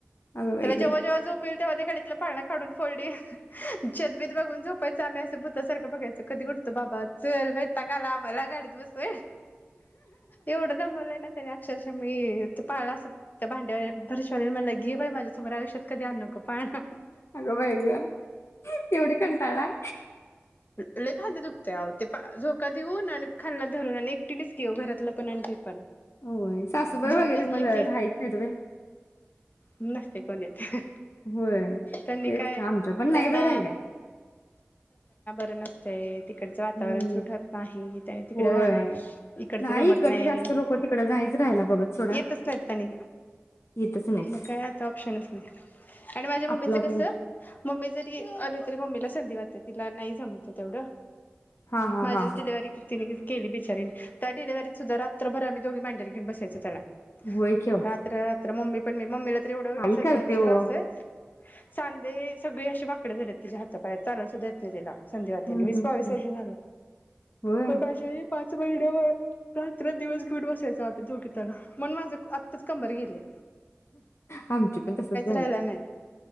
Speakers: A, on the left; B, on the left.
A: अगं बाई
B: त्याला जेव्हा
A: गं!
B: जेव्हा झोप येइल तेव्हा ते कडीतला पाळणा काढून फोल्डी छतबीत बघून झोपायचं आम्ही असं भूतसारख बघायचो कधी उठतय त बाबा चल वैताक आलाय आम्हाला गाडीत बसूनं एवढ दमवलय ना त्याने अक्षरशः मी ते पाळणा असं त्या भांड्या भरशवालीने म्हणलं घे बाई माझ्यासमोर आयुष्यात कधी आनू नको पाळणं
A: आगं बाई गं येवढं कंटाळलाय
B: लई खांद दुख ते आहो ते पा झोका देऊन आणि खालणं धरून आणि एकटीनेच की ओ घरातलं पण आणि ते पण
A: होय सासूबाई
B: झोप
A: वगैरे
B: नसले
A: मला
B: की
A: राहित नाहीत व्हय
B: नसते कोण येत
A: व्हय
B: त्यांनी
A: तेच
B: काय
A: की आमच्या पण नाही
B: त्यांना
A: बाई राहिल्या
B: ते नसतय तिकडचं वातावरण
A: हं.
B: सुट होत नाही तरी तिकडे
A: होय.
B: राहणार इकडच जमत
A: इकडची
B: नाही
A: जास्त लोकं तिकडं नाहीच राहायला बघत सोडा.
B: येतच नाही आणि
A: येतच नाहीत.
B: मग काय आता ऑप्शनच नाही आणि माझ्या मम्मीच
A: आपलं आपलं
B: कस मम्मी जरी आली तरी मम्मीला संधीवात आहे तिला नाही जमत ये तेवढं
A: हां, हां,
B: माझीच
A: हां, हां.
B: डिलेवारी किती केली बिचारीन त्या डिलेवारीत सुद्धा रात्रभर आम्ही दोघी मांडीवर घेऊन बसायच त्याला
A: होय की अहो.
B: रात्र रात्र मम्मी पण मी मम्मीला तर एवढा वेळ
A: आई
B: संधीवातीच
A: करते ओ.
B: त्रासये सांधे सगळे अशे वाकडे झालेत तिच्या हातापायाचे चालायला सुद्धा येत नाय तिला संध्या तेन
A: हं,
B: वीस
A: हं,
B: वीस
A: हं.
B: वर्षे झालं
A: होय.
B: पण माझी आई पाच बेडवर रात्र दिवस घेवून बसायचो आम्ही दोघी त्याला म्हणून माझं आत्ताच कंबर गेलिया
A: आमच पण तसच झालं
B: राहिला नाही